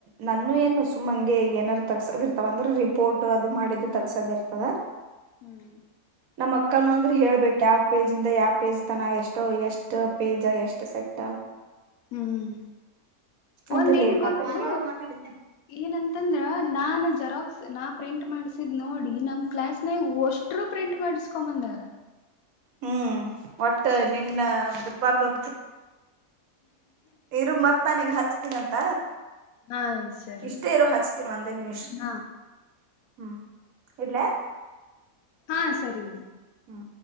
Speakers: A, on the right; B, on the left.
A: ನನ್ನು ಏನ ಸುಮ್ಮಂಗೆ ಏನರ ತೆಗಿಸೋವ ಇರ್ತವ ಅಂದ್ರ ರಿಪೋರ್ಟ್ ಅದು ಮಾಡಿದ್ದ ತೆಗಸೋದ ಇರ್ತದ.
B: ಹ್ಮ್.
A: ನಮ್ಮ್ ಅಕ್ಕನು ಅಂದ್ರ ಹೇಳ್ಬೇಕು ಯಾವ ಪೇಜ್ ಇಂದ ಯಾವ ಪೇಜ್ ತನ ಎಷ್ಟ್. ಇರೋ ಎಷ್ಟು ಪೇಜ ಎಷ್ಟು ಸೆಟ್.
B: ಹ್ಮ್್ಮ
A: ಅಂದ್ರ
B: ಒಂದೇನ್
A: ಲೇಟ್
B: ಗೊತ್ತು
A: ಆತದ
B: ಏನಂತಂದ್ರ ನಾ ಜೆರಾಕ್ಸ್ ನಾ ಪ್ರಿಂಟ್ ಮಾಡ್ಸಿದ್ ನೋಡಿ ನಮ್ ಕ್ಲಾಸ್ನಾಗ ಓಷ್ಟರು ಪ್ರಿಂಟ್ ಮಾಡಸ್ಕೊಂಬಂದಾರ
A: ಹ್ಮ್ ಒಟ್ಟು ನಿನ್ನ ಬಿಡ್ಬಾರ್ದು ಇರು ಮತ್. ನಾ ನಿಂಗ ಹಚ್ತೀನಂತ.
B: ಹಾ ಸರಿ
A: ಇಷ್ಟೇ ಇರು ಹಚ್ತೀನಿ ಒಂದೇ ನಿಮಿಷ
B: ಹ.
A: ಹ್ಮ್ ಇಡ್ಲ
B: ಹಾ ಸರಿ.
A: ಹ್ಮ.